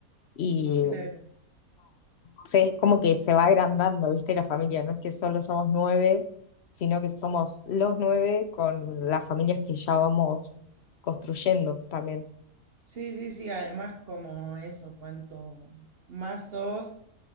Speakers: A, on the left; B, on the right.
A: Y
B: claro.
A: Entonces es como que se va agrandando, ¿viste? La familia, no es que solo somos nueve, sino que somos los nueve con las familias que ya vamos construyendo también.
B: Sí, sí, sí, además como eso, cuanto más sos,